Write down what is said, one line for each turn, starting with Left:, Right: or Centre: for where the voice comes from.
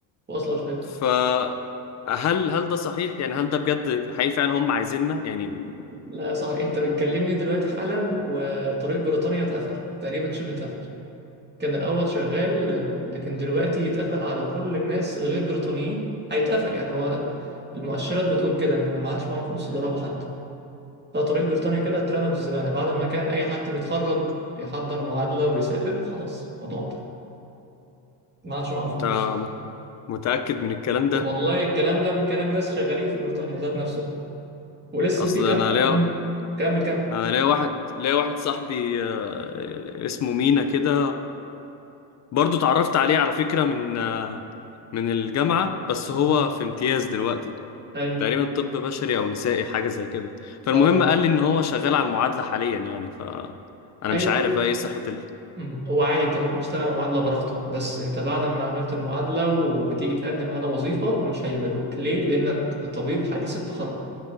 Right: واصلة الفكرة
Left: فهل هل ده صحيح يعني هل ده بجد حقيقي فعلا هم عايزيننا يعني
Right: لا يا صاحبي انت بتكلمني دلوقتي حالا وطريق بريطانيا اتقفل تقريبا شبه اتقفل كان الاول شغال آه، لكن دلوقتي اتقفل على كل الناس الغير بريطانيين هيتقفل يعني هو المؤشرات بتقول كده ان ما عادش معاهم فلوس يضربوا حد فطريق بريطانيا كده اترمى في الزباله بعد ما كان اي حد بيتخرج يحضر معادله ويسافر خلاص الموضوع انتهى ما عادش معاهم فلوس
Left: انت متأكد من الكلام ده
Right: والله الكلام ده من كلام ناس شغالين في بريطانيا ذات نفسهم ولسه
Left: اصل
Right: في كم
Left: انا ليا
Right: مم. كمل كمل
Left: انا ليا واحد ليا واحد صاحبي آه، اسمه مينا كده برضو اتعرفت عليه على فكرة من آه، من الجامعة بس
Right: مم.
Left: هو في امتياز دلوقتي
Right: ايوه
Left: تقريبا طب بشري او نسائي حاجة زي كده فالمهم
Right: اه
Left: قال لي ان هو شغال على المعادلة حاليا يعني ف انا
Right: ايوه
Left: مش عارف بقى ايه صحة ال
Right: مم. هو عادي انت ممكن تشتغل على معادلة براحتك بس انت بعد ما عملت المعادلة وتيجي تقدم على وظيفة مش هيقبلوك ليه؟ لأنك طبيب حديث التخرج